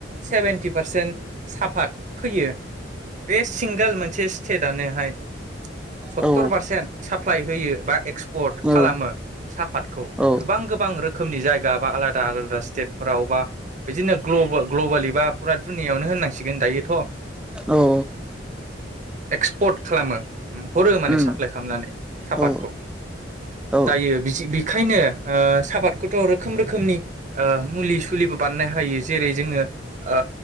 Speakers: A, on the right (about 40°); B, in the centre.
A: सेभेन्टि पारसेन्ट साफात फैयो । बे सिंगोल मोनसे स्टेटानोहाय सत्तर
B: औ
A: पारसेन्ट साप्लाइ होयो बा एक्सपर्ट
B: औ
A: खालामो
B: औ
A: सापातखौ
B: औ
A: गोबां गोबां गोबां रोखोमनि जायगा बा आलादा आलादा स्टेटफोराव बा बिदिनो ग्लबेलि बा फुरा दुनिया यावनो होननांसिगोन दायोथ' ।
B: औ
A: एक्सपर्ट खालामो हरो माने
B: उम
A: साप्लाइ खालामनानै सापतखौ
B: औ औ
A: दायो बिजि बे बेखायनो ओ साहाफादखौथ' रोखोम रोखोमनि ओ मुलि सुलिबो बानायनो हायो जेरै जोङो ओ